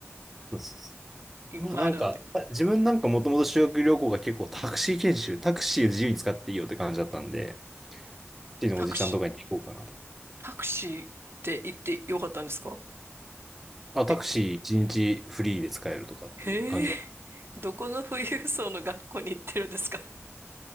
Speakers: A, in the centre; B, on the right.
A: そうそうそう。
B: <laughs> いっぱいあるので。
A: まあなんか、あ自分なんかもともと修学旅行が結構タクシー研修、タクシーを自由に使っていいよって感じだったんで、タクシーのおじちゃんとかに聞こうかなと。
B: タクシー、タクシーって行ってよかったんですか
A: あ、タクシー一日フリーで使えるとかっていう感じだ。
B: え、へえ、どこの富裕層の学校に行ってるんですか